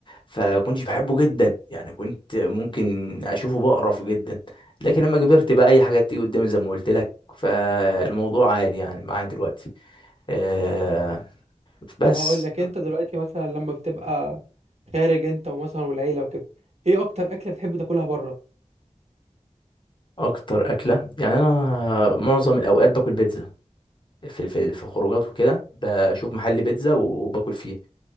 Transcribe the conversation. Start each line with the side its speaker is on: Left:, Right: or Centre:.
Left: فكنتش بحبه جدا يعني كنت ممكن اشوفه بقرف جدا لكن لما كبرت بقى اي حاجة بتيجي قدامي زي ما قلت لك فالموضوع عادي يعني معايا دلوقتي آه بس
Right: طب هقول لك انت دلوقتي مثلا لما بتبقى خارج انت ومثلا والعيله وكده ايه اكتر اكله بتحب تاكلها بره
Left: اكتر اكله يعني انا معظم الاوقات باكل بيتزا في في في خروجات وكده بشوف محل بيتزا وباكل فيه